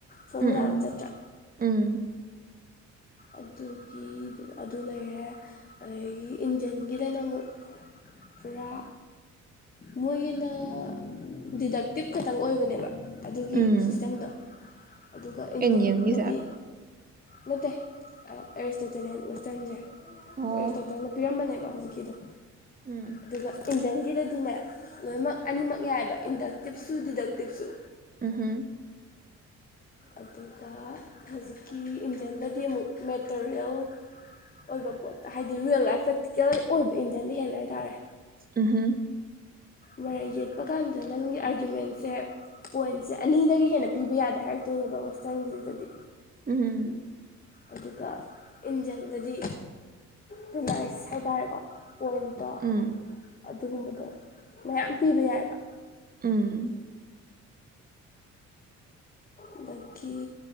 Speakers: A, on the right; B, on the left.
A: ꯎꯝ
B: ꯁꯣꯃꯅꯥꯅ
A: ꯎꯝ
B: ꯆꯆꯆꯥ
A: ꯎꯝ
B: ꯑꯗꯨꯒꯤ ꯑꯗꯨ ꯂꯩꯔꯦ ꯑꯗꯒꯤ ꯏꯟꯗꯤꯟꯒꯤꯗꯅ ꯑꯃꯨꯛ ꯄꯨꯔꯥ ꯃꯣꯏꯒꯤꯅ ꯗꯤꯗꯛꯇꯤꯞ ꯈꯛꯇꯪ ꯑꯣꯏꯕꯅꯦꯕ ꯑꯗꯨꯒꯤ
A: ꯎꯝ
B: ꯁꯤꯁꯇꯦꯝꯗꯣ ꯑꯗꯨꯒ ꯏꯟꯖꯤꯟꯗꯗꯤ
A: ꯏꯟꯗꯤꯌꯟꯒꯤꯁꯦ
B: ꯅꯠꯇꯦ ꯑ ꯑꯦꯔꯤꯁꯇꯣꯇꯦꯂꯤꯌꯥꯟ ꯋꯦꯁꯇ꯭ꯔꯟꯖꯦ꯫
A: ꯑꯣ
B: ꯑꯦꯔꯤꯁꯇꯣꯇꯜꯅ ꯄꯤꯔꯝꯕꯅꯦ ꯍꯧꯖꯤꯛꯀꯤꯗꯣ
A: ꯎꯝ꯫
B: ꯑꯗꯨꯒ ꯏꯟꯗꯤꯌꯟꯒꯤꯗꯗꯤꯅꯦ ꯂꯣꯏꯃꯛ ꯑꯅꯤꯃꯛ ꯌꯥꯏꯌꯦꯕ ꯏꯟꯗꯛꯇꯤꯞꯁꯨ ꯗꯤꯗꯛꯇꯤꯞꯁꯨ꯫
A: ꯎꯝꯍꯨꯝ꯫
B: ꯑꯗꯨꯒ ꯍꯧꯖꯤꯛꯀꯤ ꯏꯟꯗꯤꯌꯟꯗꯗꯤ ꯑꯃꯨꯛ ꯃꯦꯇꯔꯤꯌꯦꯜ ꯑꯣꯏꯕ ꯄꯣꯠꯇ ꯍꯥꯏꯗꯤ ꯔꯤꯌꯦꯜ ꯂꯥꯏꯐ ꯄ꯭ꯔꯦꯛꯇꯤꯀꯦꯜ ꯑꯣꯏꯕ ꯏꯟꯗꯤꯌꯟꯅ ꯍꯦꯜꯂꯦ ꯍꯥꯏꯇꯥꯔꯦ꯫
A: ꯎꯝꯍꯨꯝ꯫
B: ꯃꯔꯩ ꯌꯦꯠꯄ ꯀꯥꯟꯗ ꯅꯪꯒꯤ ꯑꯥꯔꯒꯌꯨꯃꯦꯟꯁꯦ ꯄꯣꯏꯟꯁꯦ ꯑꯅꯤꯗꯒꯤ ꯍꯦꯟꯅ ꯄꯤꯕ ꯌꯥꯗꯦ ꯍꯥꯏꯔꯛꯇꯣꯏꯅꯦꯕ ꯋꯦꯁꯇꯔꯟꯒꯤꯗꯨꯗꯗꯤ꯫
A: ꯎꯝ꯫
B: ꯑꯗꯨꯒ ꯏꯟꯗꯤꯌꯟꯗꯗꯤ ꯄ꯭ꯔꯤꯃꯥꯏꯁ ꯍꯥꯏꯇꯥꯔꯦꯀꯣ ꯄꯣꯏꯟꯠꯇꯣ
A: ꯎꯝ
B: ꯑꯗꯨꯒꯨꯝꯕꯗꯣ ꯃꯌꯥꯝ ꯄꯤꯕ ꯌꯥꯏꯑꯦꯕ꯫
A: ꯎꯝ꯫
B: ꯑꯗꯒꯤ